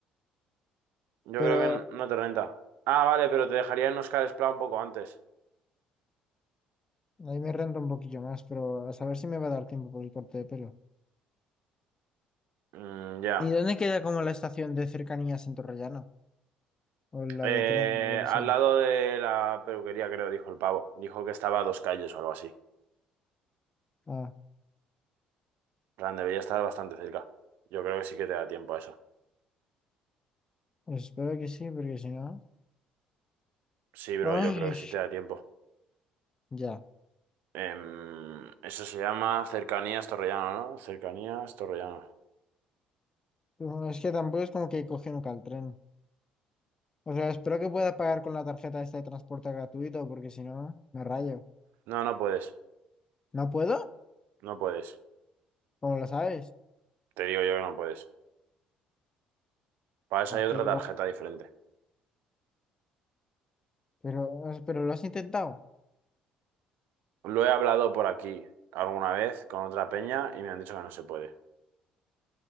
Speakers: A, on the right; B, on the left.
A: Yo
B: Pero
A: creo que no te renta. Ah, vale, pero te dejaría en Oscar Esplá un poco antes.
B: ahí me renta un poquillo más, pero a saber si me va a dar tiempo por el corte de pelo.
A: Mm, ya.
B: ¿Y dónde queda como la estación de cercanías en Torrellano? O la
A: Eh,
B: de tren, o lo que
A: al
B: sea.
A: lado de la peluquería, creo, dijo el pavo. Dijo que estaba a dos calles o algo así.
B: Ah,
A: En plan, debería estar bastante cerca. Yo creo que sí que te da tiempo a eso.
B: pues espero que sí, porque si no.
A: Sí, bro,
B: Ay,
A: yo creo que sí te da tiempo.
B: ya.
A: Em, eso se llama Cercanías Torrellano, ¿no? Cercanías Torrellano.
B: Bueno, Es que tampoco es como que coge nunca el tren. O sea, espero que pueda pagar con la tarjeta esta de transporte gratuito, porque si no, me rayo.
A: No, no puedes.
B: ¿No puedo?
A: No puedes.
B: ¿Cómo lo sabes?
A: Te digo yo que no puedes. Para eso
B: Porque,
A: hay otra tarjeta diferente.
B: pero, pero lo has intentado.
A: Lo he hablado por aquí alguna vez con otra peña y me han dicho que no se puede.